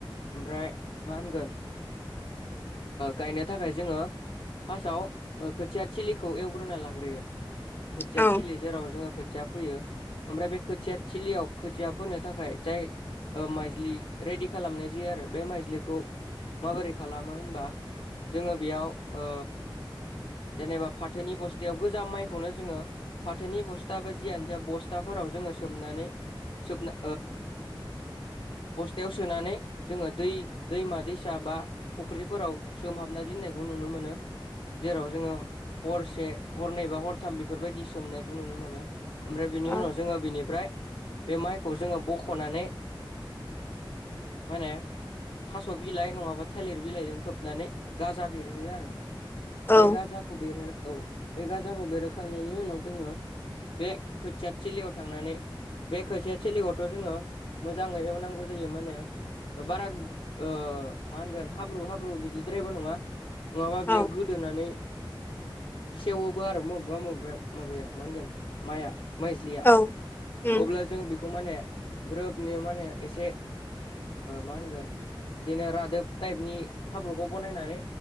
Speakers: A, on the left; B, on the left.
A: ओमफ्राय मा होनगोन गायनो थाखाय जोङो फार्स्टआव खोथिया थिलिखौ एवग्रोना लाग्रोयो खोथिया
B: औ
A: थिलि जेराव जोङो खोथिया फैयो ओमफ्राय बे खोथिया थिलियाव खोथिया फोनो थाखाय जाय ओ माइज्लि रेडि खालामनाय जायो आरो बे माइजलिखौ माबोरै खालामो होनबा जोङो बेयाव ओ जेनेबा फाथोनि बस्थायाव गोजाम माइखौनो जोङो फाथोनि बस्था बा जियानो जा बस्थाफोराव जोङो सोमनानै सोबना बस्थायाव सोनानै जोङो दै दैमा दैसा बा फुख्रिफोराव सोमहाबना दोननायखौ नुनो मोनो जेराव जोङो हरसे हरनै बा हरथाम बेफोरबायदि सोमनायखौ नुनो मोनो ओमफ्राय बिनि
B: औ
A: उनाव जोङो बिनिफ्राय बे माइखौ जोङो बख'नानै माने थास' बिलाइ नङाबा थालिर बिलाइजों खोबनानै गाजा बेरहैयो आरो
B: औ
A: बे गाजाखौ खौ बेरहोनाय औ बे गाजाखौ बेरहोखांनायनि उनाव जोङो बे खोथियाथिलियाव थांनानै बे खोथिया थिलिखौथ' जोङो मोजाङै एवनांगौ जायो माने बारा ओ मा होनगोन हाब्रु हाब्रु बि बिद्रायबो नङा नङाबा बियो
B: औ
A: गोदोनानै सेवोबो आरो बबेबा बबेबा माबाया मा होनगोन माइआ माइज्लिया
B: औ उम
A: अब्ला जोङो बेखौ खौ माने ग्रोबनि माने एसे मा होनगोन बिदिनो रादोब टाइपनि हाब्रुखौ बनायनानै